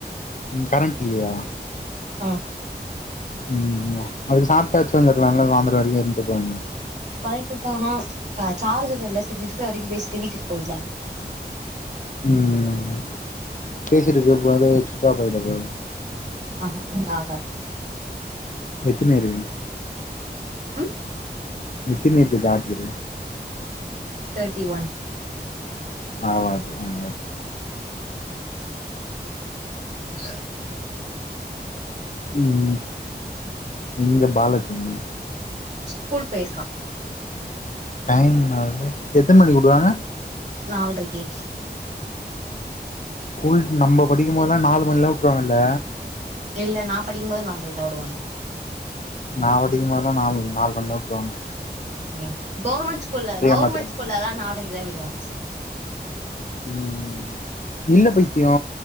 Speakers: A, on the left (about 50°); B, on the right (about 45°).
A: ம் கரண்ட் இல்லியா
B: ஆ
A: ம் அதுக்கு சாப்பிட்டாச்சு வந்திருக்கலால்ல சாந்தோர வரைக்கு இருந்துட்டு போலானு
B: கரெக்ட்டுதா ஆனா சார்ஜர் இல்ல சரி இருக்குற வரைக்கு பேசிட்டு வீட்டுக்கு போயிலான்னு
A: ம் பேசிட்டு இருக்குப்ப வேர சுச்சாப்பு ஆயிட போது
B: ஆ ஹ அப்புல்லா ஆகாது
A: எத்தன இருக்குது
B: ம்
A: எத்தினி இருக்கு சார்ஜ்ரு
B: தேட்டி ஒன்
A: பரவால்லியே ம்
B: ல்ல
A: ம் ம் எங்க பாலாஜி எங்க
B: ஸ்கூல் போயிருக்கா
A: டைம் என்னாவுது எத்தன் மணிக்கு உடுவாங்க
B: நால்ரக்கு
A: ஸ்கூல் நம்ப படிக்கும்போதெல்லா நாலு மணில்லா உட்ருவாங்கல்ல
B: இல்ல நா படிக்கும்போது நால்ரக்குதா உடுவாங்க
A: நா படிக்கும்போதுலா நாலு நாலு மணிலா உட்றுவாங்க
B: சேரி கவுர்மெண்ட் ஸ்கூல்ல கவர்மெண்ட்
A: மாத்திருங்க
B: ஸ்கூல்லல்லா நால்ரக்குதா விடுவாங்க சார்
A: ம் ம் இல்ல பைத்திய